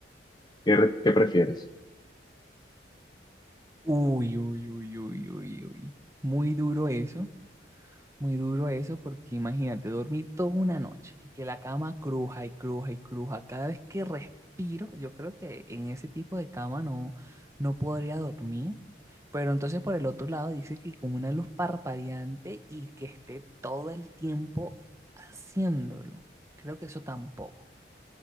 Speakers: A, on the left; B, on the right.
A: ¿Qué, re- qué prefieres?
B: Uy, uy, uy, uy, uy, uy. Muy duro eso. Muy duro eso, porque imagínate, dormí toda una noche y que la cama cruja y cruja y cruja. Cada vez que respiro, yo creo que en ese tipo de cama no, no podría dormir. Pero entonces por el otro lado dice que con una luz parpadeante y que esté todo el tiempo haciéndolo. Creo que eso tampoco